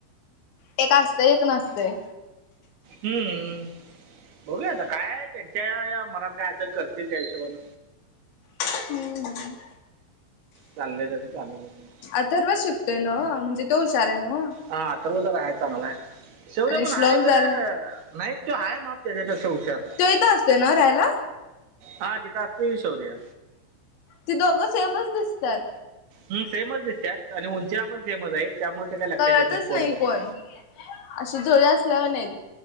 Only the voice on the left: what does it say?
एक असते, एक नसते.
हम्म.
अथर्व शिकतोय ना म्हणजे तो हुशार आहे ना?
आणि
श्लोक
जरा
तो इथं असतोय ना राहायला
ती दोघं सेमच दिसतात.
कळतच
कोण अशी जुडी असल्यावानी आहे.